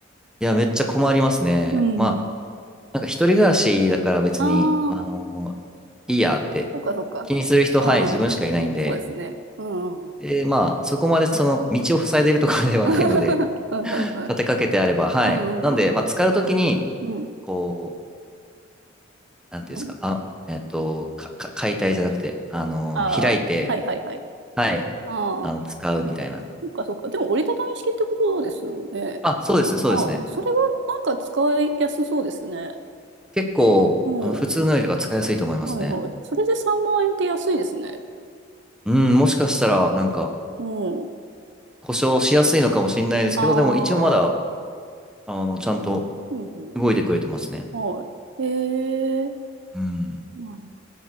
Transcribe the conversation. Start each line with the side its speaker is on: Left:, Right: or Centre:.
Centre: いや、めっちゃ困りますね。
Right: うん。
Centre: まあ、なんか一人暮らしだから別に、
Right: ああ、
Centre: あのーいいやって
Right: そうかそうか。
Centre: 気にする人、
Right: うん。
Centre: はい、自分しかいないんで、
Right: そうですね。うんうんうん。
Centre: で、まあ、そこまでその道を塞いでるとかではないので、
Right: <laughs> はいはいはい。
Centre: <laughs> 立てかけてあれば、はい。
Right: うんうんうん。
Centre: なんで、まあ、使うときに、
Right: う
Centre: こう、なんていうんですか、
Right: んうん。
Centre: あ、えっと、か、か解体じゃなくて、あのー開いて、
Right: ああ、はいはいはい。
Centre: はい、
Right: ああ、
Centre: あの、使うみたいな。
Right: そうかそうか。でも折りたたみ式ってことですよね。
Centre: あ、そうですね、そうですね。
Right: ああ、それはなんか使いやすそうですね。
Centre: 結構、
Right: うん。
Centre: あの、普通のよりは使いやすいと思いますね。
Right: はいはい。それで3万円って安いですね。
Centre: うん、もしかしたら、なんか、
Right: うん。
Centre: 故障しやすいのかもしれないですけど、
Right: ああ、
Centre: でも一応まだ、あの、ちゃんと
Right: うんうん。
Centre: 動いてくれてますね。
Right: はい。えー、
Centre: うん。
Right: なんだ。